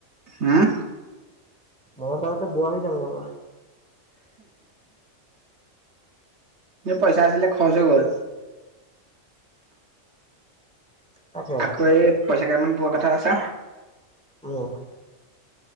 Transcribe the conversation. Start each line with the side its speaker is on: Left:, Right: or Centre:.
Right: হম
Centre: মঙলবাৰলৈকে বুঢ়া হৈ যাম জানা
Right: পইচা আছিলে খৰচ হৈ গ'ল
Centre: তাকে
Right: আকৌ এই পইচা কেইটামান পোৱা কথা আছে
Centre: <unintelligible>